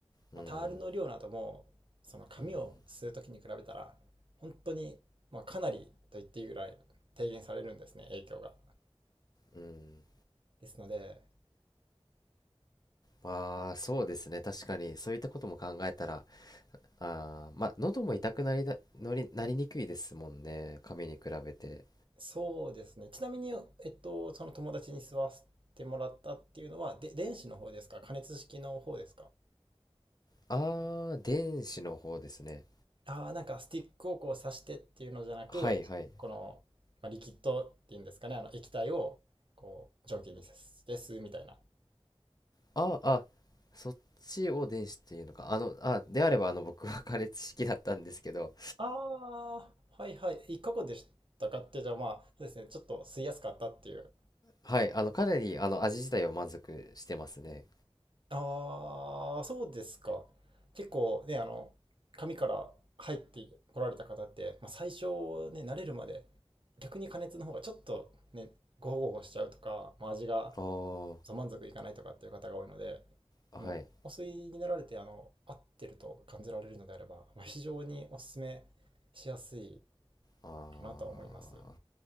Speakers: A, on the left (about 40°); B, on the right (about 55°).
A: うん、
B: まあ、タールの量などもその紙を吸う時に比べたら本当に、
A: うん、
B: まあ、かなりと言っていいぐらい低減されるんですね影響が。
A: うん。
B: ですので
A: まあ、そうですね、確かに、そういったことも考えたら、あーまあ、喉も痛くなりだ、のり、なりにくいですもんね、紙に比べて。
B: そうですねちなみに、えっと、その友達に吸わせてもらったっていうのはで電子の方ですか加熱式の方ですか
A: あー、電子の方ですね。
B: ああ、なんかスティックをこう刺してっていうのじゃなく、
A: はい、はい。
B: この、まあ、リキッドっていうんですかね、あの液体をこう蒸気にして吸うみたいな。
A: ああそっちを電子っていうのかあのあであればあの僕は <laughs> カレ式だったんですけど
B: ああ、はいはい。いかがでしたかって、じゃあまあ、そうですね、ちょっと吸いやすかったっていう。
A: はいあのかなりあの味自体は満足してますね
B: ああ、そうですか。結構ね、あの、紙から入ってこられた方って、まあ、最初ね、慣れるまで、逆に加熱の方がちょっとね、ゴホゴホしちゃうとか、まあ、味が
A: ああ
B: そう満足いかないとかっていう方が多いので、
A: はい
B: あの、お吸いになられて、あの、合ってると感じられるのであれば、まあ、非常にお勧めしやすい
A: ああ
B: かなとは思います。